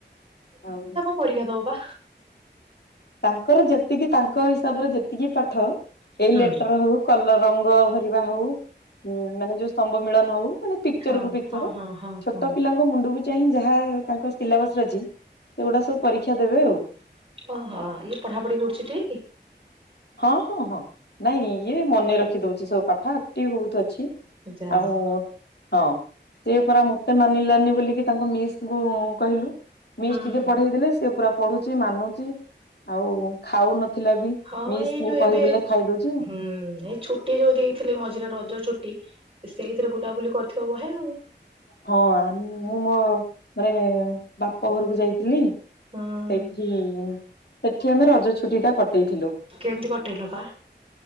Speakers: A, on the left (about 65°); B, on the right (about 30°).
A: ଆଉ।
B: ପରିକ୍ଷା ଦବ ବା।
A: ତାଙ୍କର ଯେତିକି ତାଙ୍କ ହିସାବରେ ଯେତିକି ପାଠ ଏଇ
B: ହୁଁ
A: ଲେଟର ହଉ କଲର ରଙ୍ଗ ହ କରିବା ହଉ ମାନେ ଯୋଉ ସମ୍ଭ ମିଳନ ହଉ ମାନେ ପିକଚର
B: ହଁ
A: କୁ ପିକଚର
B: ହଁ ହଁ ହଁ
A: ଛୋଟ
B: ହଁ
A: ପିଲାଙ୍କ ମୁଣ୍ଡକୁ ବି ଚାହିଁ ଯାହା ତାଙ୍କ ସିଲାବସ ଅଛି ସେଗୁଡ଼ା ସବୁ ପରୀକ୍ଷା ଦେବେ ଆଉ।
B: ଓହୋ ଇଏ ପଢା ପଢି କରୁଛି ଟି।
A: ହଁ ହଁ ହଁ ନାଇଁ ଇଏ ମନେ ରଖି ଦଉଛି ସବୁ ପାଠ। ବହୁତ ଅଛି
B: ଯା
A: ଆଉ।
B: ହଉ
A: ହଁ ସେ ପରା ମତେ ମାନିଲାନି ବୋଲିକି ତାଙ୍କ ମିସ୍ କହିଲୁ। ମିସ୍
B: ହୁଁ
A: ଟିକେ
B: ହୁଁ
A: ପଢେଇ ଦେଲେ ସେ ପୁରା ପଢୁଛି ମାନୁଛି ଆଉ ଖାଉନ ଥିଲା ବି
B: ହଁ
A: ମିସ୍
B: ଏଇ ଯୋଉ
A: କୁ କହିଦେଲେ
B: ଏବେ
A: ଖାଇଦଉଛି ଆ
B: ହୁଁ ଏଇ ଛୁଟି ଯୋଉ ଦେଇଥିଲେ ମଝିରେ ରଜ ଛୁଟି ସେଇଥିରେ ବୁଲାବୁଲି କରିଥିବ ବହେ ଆଉ।
A: ହଁ ମୁଁ ମୋ ମାନେ ବାପ ଘରକୁ ଯାଇଥିଲି।
B: ହୁଁ
A: ସେଠି ସେଠି ଆମେ ରଜ ଛୁଟିଟା କଟେଇଥିଲୁ।
B: କେମିତି କଟେଇଲ ବା